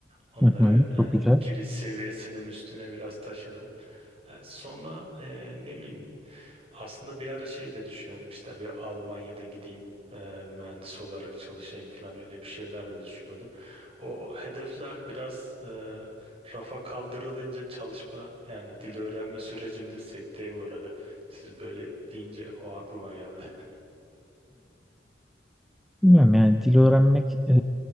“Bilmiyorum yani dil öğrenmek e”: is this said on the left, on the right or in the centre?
Centre